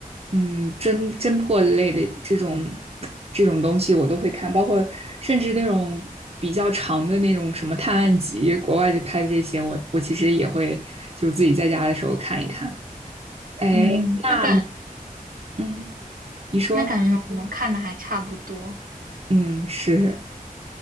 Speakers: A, on the right (about 40°); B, on the right (about 70°).
A: 嗯侦侦破类的这种这种东西我都会看，包括甚至那种比较长的那种什么探案集，国外的拍的这些，我我其实也会就自己在家的时候看一看。哎，
B: 嗯，
A: 那你
B: 那感
A: 嗯，你说。
B: 那感觉我们看的还差不多，
A: 嗯，是，